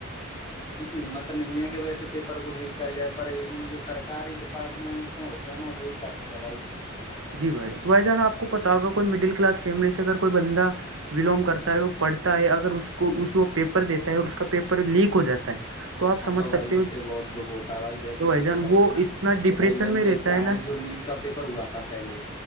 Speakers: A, on the left; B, on the right.
A: کسی کی ہمت نہیں ہے کہ ویسے پیپر کو لیک کر جائے پر نہیں جو سرکاری ڈپارٹمنٹ میں ہوتا تے ہیں نا وہی کرتے بھائی
B: جی بھائی تو بھائی جانا آ کو پتا ہوگا کوئی مڈل کلاس فیملی سے اگر کوئی بندہ بلونگ کرتا ہے
A: جی
B: وہ پڑھ اگر اس کو اس وہ پیپر دیتا ہے اور اس کا پیپر لیک ہو جاتا ہے آپ
A: ہاں
B: سمجھ
A: تو
B: سکتے
A: بھائی
B: ہو
A: اس سے بہت دکھ ہوتا ہے بھائی ویسے
B: تو
A: بھی
B: جان
A: دیکھا
B: وہ
A: جائے نا
B: اتنا ڈپریشن
A: تو کئی بندے
B: میں رہتا
A: کیا
B: ہے
A: آئے
B: نا
A: ہیں جو نیٹ کا پیپر ہوا تھا پہلے